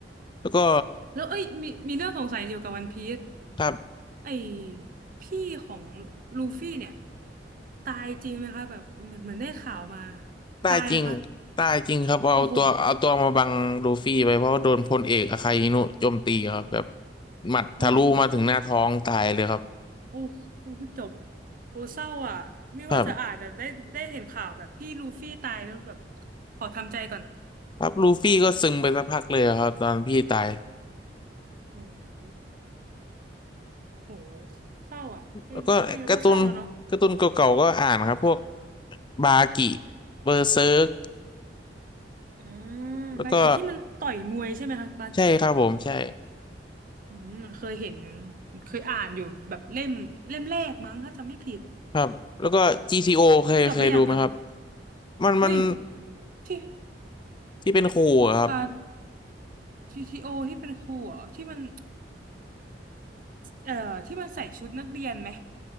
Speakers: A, on the left; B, on the right.
A: แล้วก็
B: แล้วเอ้ยมีมีเรื่องสงสัยเกี่ยวกับวันพีซ
A: ครับ
B: ไอ้พี่ของลูฟี่เนี่ยตายจริงไหมคะแบบเหมือนเหมือนได้ข่าวมา
A: ได้จริง
B: ตายไหมคะ
A: ได้จริงครับเอาตัวเอาตัวมาบังลูฟี่ไปเพราะว่าโดนพลเอกอาคาอินุโจมตีครับแบบ
B: โอ้โห
A: หมัดทะลุมาถึงหน้าท้องตายเลยครับ
B: โอ้โหโอ้โหจบโอ้เศร้าอ่ะไม่ว่าจะอ่านแต่ได้ได้เห็นข่าวแบบพี่ลูฟี่ตายแล้วแบบ
A: ครับ
B: ขอทำใจก่อน
A: ครับลูฟี่ก็ซึมไปสักพักเลยครับตอนพี่ตาย
B: โอ้โหโอ้โหเศร้าอ่ะแค่แค่นี้แล้วก็เศร้าแล้วเนาะ
A: แล้วก็การ์ตูนการ์ตูนเก่าๆก็อ่านครับพวกบากิเบอร์เซิร์ก
B: อ่า
A: แล้วก็
B: บากิที่มันต่อยมวยใช่ไหมคะบากิเนี่ย
A: ใช่ครับผมใช่
B: อืมมันเคยเห็นอยู่นะเคยอ่านอยู่แบบเล่มเล่มแรกมั้งถ้าจำไม่ผิด
A: ครับแล้วก็ GTO เคยเคยดูไหมครับ
B: จบหรือยังคะ
A: มันมัน
B: อุ้ย ที่
A: ที่เป็นครูอะครับ
B: อ่า TTO ทีโอที่เป็นครูเหรอที่มันเอ่อที่มันใส่ชุดนักเรียนไหม